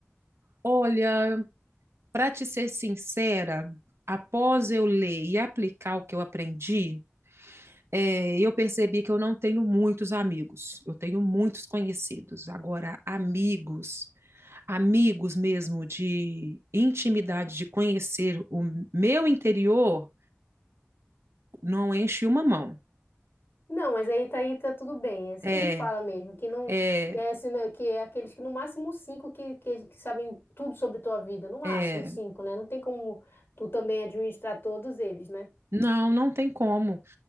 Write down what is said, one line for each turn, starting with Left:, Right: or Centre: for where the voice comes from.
Right: Olha, para te ser sincera, após eu ler e aplicar o que eu aprendi, é, eu percebi que eu não tenho muitos amigos, eu tenho muitos conhecidos. Agora, amigos, amigos mesmo de intimidade, de conhecer o meu interior, não enche uma mão.
Left: Não, mas aí tá, aí tá tudo bem. É isso
Right: É,
Left: que ele fala mesmo, que não,
Right: é,
Left: que é, assim, né, que é aqueles que no máximo cinco que, que, que sabem tudo sobre tua vida, no máximo
Right: é,
Left: cinco, né? Não tem como tu também administrar todos eles, né?
Right: não, não tem como.